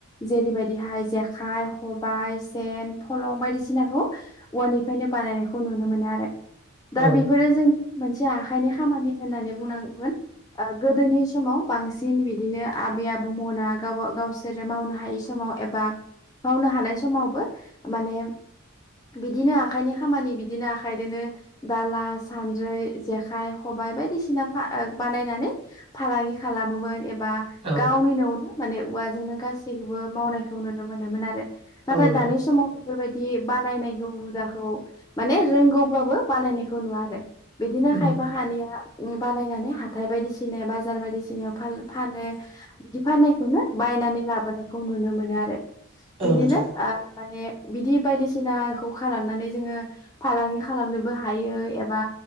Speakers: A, on the left (about 15°); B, on the right (about 25°).
A: जेरैबायदिहाय जेखाइ, खबाय, सेन, फलं बायदिसिनाखौ उवानि फायनो बानायनायखौ नुनो मोनो आरो। दा
B: औ
A: बेफोरो जोंनि मोनसे आखाइनि खामानि होननानै बुंनांगोन ओ गोदोनि समाव बांसिन बिदिनो आबै-आबौमना गावबा गावसोरो मावनो हायै समाव ए बा मावनो हानाय समावबो माने बिदिनो आखाइनि खामानि बिदिनो आखाइदोनो दाला-सानद्रै जेखाय-खबाय बायदिसिना फा ओ बानायनानै फालांगि खालामोमोन ए बा
B: औ
A: गावनि न'आवनो माने उवाजोंनो गासैखौबो मावनायखौ नुनो मोनोमोन आरो। नाथाय
B: औ नोंथां
A: दानि समाव बेफोरबायदि बानायनायखौ हुदाखौ माने रोंगौब्लाबो बानायनायखौ नुवा आरो बिदिनो
B: उम
A: खायफा खानैया उम बानायनानै हाथाय बायदिसिने बा बाजार बायदिसिनायाव फाल फानो बिदि फाननायखौनो बायनानै लाबोनायखौ नुनो मोनो आरो। बिदिनो
B: औ नोंथां
A: आ माने बिदि बायदिसिनाखौ खालामनानै जोङो फालांगि खालामनोबो हायो एबा